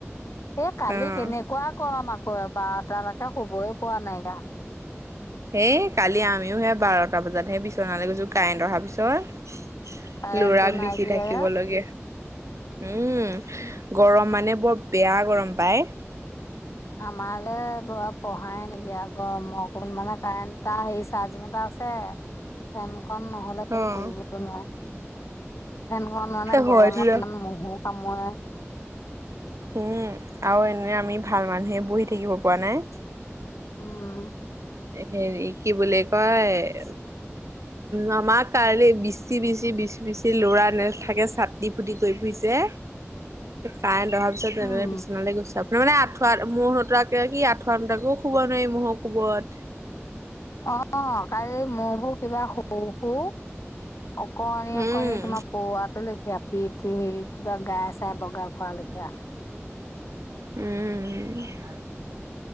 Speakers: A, on the left; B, on the right.
A: এ কালি
B: আহ
A: কেনেকুৱা গৰম আকৌ এ বাৰটালৈকে শুবই পৰা নাই আক'।
B: হেই কালি আমিও হে বাৰটা বজাতহে বিচনালৈ গৈছো কাৰেণ্ট অহাৰ পিছত।
A: কাৰেণ্টটো
B: লৰাক
A: নাইকিয়া
B: বিচি থাকিব লাগে। উম গৰম মানে বৰ বেয়া গৰম পায়।
A: আমাৰ যে লৰা পঢ়াই নাই গৰমকৰ কাৰণে মানে কাৰেণ্ট এটা হে চাৰ্জিং এটা আ ছে ফেনখন নহ লেটো
B: অ
A: পঢ়িব নোৱাৰে, ফেনখন মানে
B: হয়তো
A: গৰমত ইমান মহো কামোৰে।
B: উম আৰু এনে আমি ভাল মানুহে বহি থাকিব পৰা নাই।
A: উম।
B: হেৰি কি বুলি কয়
A: <inaudible>
B: আমাৰ কালি বিচি বিচি বিচি বিচি ল'ৰা নেথাকে চাটি ফুটি কৰি ফুৰিছে। কাৰেণ্ট অহাৰ পিছত তেনে
A: উম
B: বিছনালৈ গৈছো। তাৰমানে আঠুৱা মহ' নোতোৱাকে কি আঠুৱা নুতৰাকে শুব নোৱাৰি মহ'ৰ কোবত।
A: অ কালি মহ' বোৰ কিবা সৰু সৰু। অকণি অকণি
B: উম।
A: তোমাৰ পৰুৱাটো লেখীয়া পি ঠি কিবা গাই চাই বগাই ফুৰা লেখীয়া।
B: উম